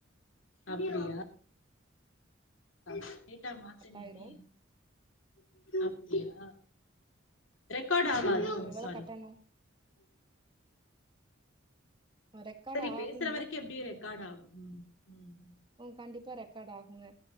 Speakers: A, on the left; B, on the right.
A: அப்டியா டேட்டா மாத்துனுமே
B: ஆயிரும்
A: அப்டியா ரெக்கார்ட் ஆவாது
B: ஆமா ஒரு வேள
A: சாரி
B: கட் ஆனா ரெக்கார்ட்
A: சரி
B: ஆகுங்க
A: பேசுற வரைக்கும் எப்டியோ ரெக்கார்ட் ஆகும் உம்ஹ்
B: உம் கண்டிப்பா ரெக்கார்ட் ஆகுங்க